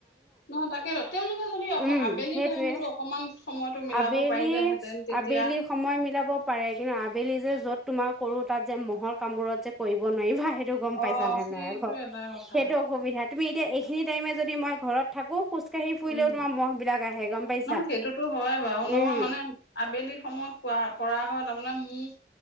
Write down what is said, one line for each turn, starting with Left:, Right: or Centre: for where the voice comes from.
Left: নহয় তাকে তেওঁলোকে যদি অ'
Centre: উম
Left: আবেলি
Centre: সেইটোৱে
Left: টাইমতো অকনমান সময়তো মিলাব
Centre: আবেলি
Left: পাৰিলেহে তেন তেতিয়া
Centre: আবেলি সময় মিলাব পাৰে। কিন্তু আবেলি যে য'ত তোমাৰ কৰোঁ তাত যে মহৰ কামবোৰত যে কৰিব নোৱাৰিবা সেই টো গম
Left: অ
Centre: পাইছা নে
Left: সেইটো
Centre: নাই আকৌ
Left: এটা কথা
Centre: সেইটো অসুবিধা তুমি এতিয়া এইখিনি টাইমেদি মই ঘৰত থাকো খোজ কহি ফুৰিলেও
Left: উম
Centre: তোমাৰ মহ বিলাক আহে গম পাইছা
Left: নহয় সেইটোতো হয় বাৰু
Centre: উম,
Left: নহয় মানে আবেলি সময়ত কোৱা কৰা হয় তাৰমানে মুখ